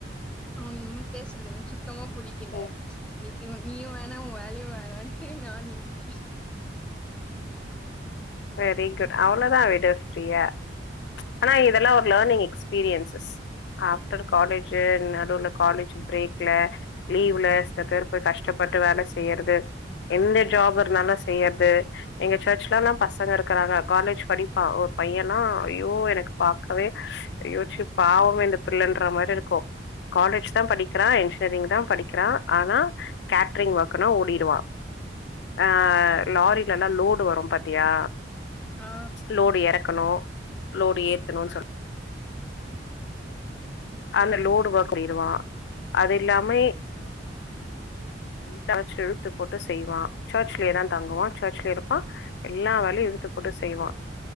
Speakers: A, in the centre; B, on the left (about 65°).
A: அவங்க இன்னும பேசுறது எனக்கு சுத் சுத்தம புடிக்கல
B: ம்
A: இன்னிக்கி நீயும் வேணா உண் வேலையும் வேணாட்டு நான் நின்டன்
B: வெரி குட் அவ்ளோதான் விடு ஃபிரீயா ஆனா இதெல்லாம் ஒரு லேர்னிங் எக்ஸ்பீரியன்ஸஸ் ஆஃப்டர் காலேஜ் நடுவுல காலேஜ் பிரேக்ல லீ்வுல சில பேர் கஷ்டப்பட்டு வேலை செய்யிறது எந்த ஜாப் இருந்தாலும் செய்யிறது எங்க ஃபிரண்ட்ஸ் ல ப பசங்க இருக்கிறாங்க காலேஜ் படிப்பான் ஒரு பையன்லாம் ஐயோ எனக்கு பார்க்கவே ஐயோ ச்சு பாவம் இந்த பிள்ளைன்ற மாதிரி இருக்கும் காலேஜ் தான் படிக்கிறான் என்ஜினீயரிங் தான் படிக்கிறான் ஆனா கேட்டரிங் ஒர்க்னா ஓடிடுவான் ஆஹ் லாரில எல்லாம் லோடு வரும் பாத்தியா
A: ஆ
B: லோடு இறக்கணும் லோரி ஏத்தணும்ன்னனு சொல்லன் அந்த லோடு ஒர்க் பண்ணடுவான் அது எல்லாமே எல்லச்சும் இழுத்து போட்டு செய்வான் சர்ச்லயேதான் தங்குவான் சர்ச்லயே இருப்பான் எல்லா வேலையும் இழுத்து போட்டு செய்வான்